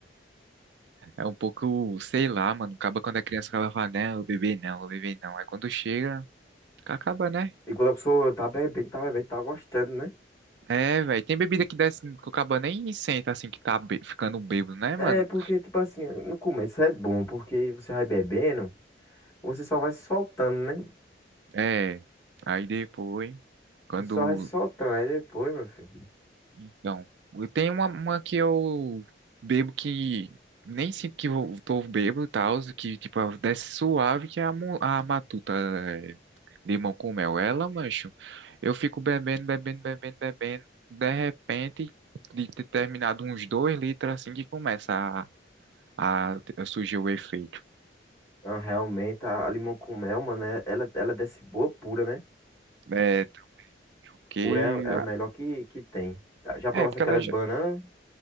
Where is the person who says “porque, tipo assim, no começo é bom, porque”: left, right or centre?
Left